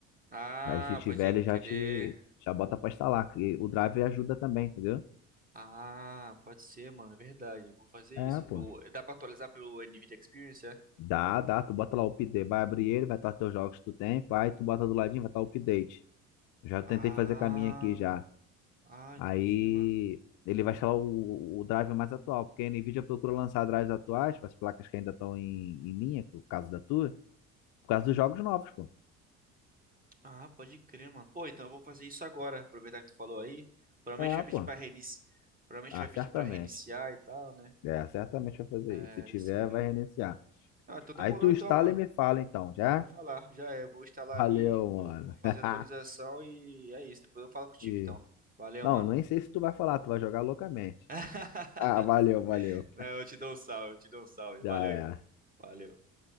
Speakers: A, on the right; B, on the left.
A: Ah,
B: Aí se tiver,
A: pode
B: ele já
A: crer.
B: te... Já bota pra instalar. que o Drive ajuda também, entendeu?
A: Ah, pode ser, mano. É verdade. Eu Vou fazer
B: É,
A: isso.
B: pô.
A: Eu- Dá pra atualizar pelo NVIDIA Experience, é?
B: Dá, dá. Tu bota lá o update, vai abrir ele, vai estar teus jogos que tu tem, pá, e tu bota do ladinho, vai estar o update. Já tentei
A: Ah,
B: fazer caminho aqui já.
A: ah,
B: Aí
A: entendi, mano.
B: ele vai instalar o, o drive mais atual, porque a Nvidia procura lançar drives atuais para as placas que ainda estão em, em linha, que é o caso da tua, por causa dos jogos novos, pô.
A: Ah, pode crer, mano. Pô, então eu vou fazer isso agora. Aproveitar que tu falou aí. Provavelmente
B: É,
A: vai pedir
B: pô.
A: pra reiniciar. Provavelmente
B: Ah,
A: vai pedir
B: certamente.
A: pra reiniciar e tal, né?
B: É, certamente vai fazer
A: É
B: isso. Se tiver,
A: isso aí.
B: vai reiniciar.
A: Ah, então demorou
B: Aí tu
A: então,
B: instala
A: mano.
B: e me fala então, já?
A: Vou falar, já é. Vou instalar
B: Valeu,
A: ali, vou,
B: mano.
A: vou fazer
B: <laughs>
A: a atualização e é isso. Depois eu falo contigo
B: E...
A: então. Valeu,
B: Não,
A: mano.
B: nem sei se tu vai falar, tu vai jogar loucamente.
A: <laughs>
B: Ah, valeu, valeu.
A: Não, eu te dou um salve, eu te dou um salve.
B: Já
A: Valeu,
B: era.
A: irmão. Valeu.